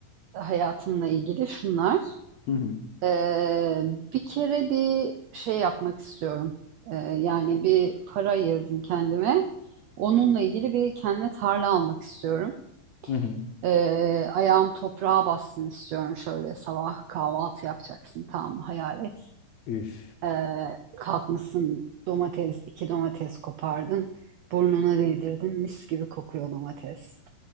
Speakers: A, on the right; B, on the left.
A: hayatımla ilgili şunlar.
B: Hı hı.
A: Ee, bir kere bir şey yapmak istiyorum. Ee, yani bir para ayırdım kendime. Onunla ilgili bir kendime tarla almak istiyorum.
B: Hı hı.
A: Ee, ayağım toprağa bassın istiyorum şöyle sabah kahvaltı yapacaksın tamam mı? hayal et.
B: Üf.
A: Ee, kalkmışsın domates iki domates kopardın burnuna değdirdin mis gibi kokuyor domates.